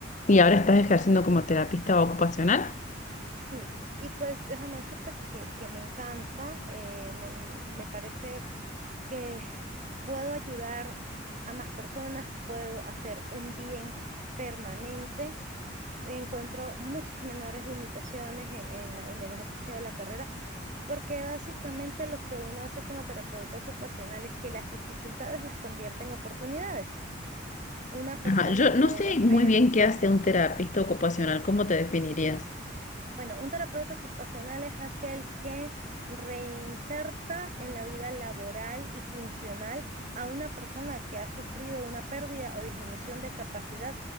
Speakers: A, on the left; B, on the right.
A: ¿Y ahora estás ejerciendo como terapista ocupacional?
B: Sí. Y pues déjame decirte que, que me encanta, eh, me, me parece que puedo ayudar a más personas, puedo hacer un bien permanente encuentro muchas menores limitaciones en, en la- en el ejercicio de la carrera, porque básicamente lo que uno hace como terapeuta ocupacional es que las dificultades las convierte en oportunidades. Una persona
A: Ajá, yo no
B: que de
A: sé
B: repente
A: muy bien qué hace un terapista ocupacional, ¿cómo te definirías?
B: Bueno, un terapeuta ocupacional es aquel que reinserta en la vida laboral y funcional a una persona que ha sufrido una pérdida o disminución de capacidad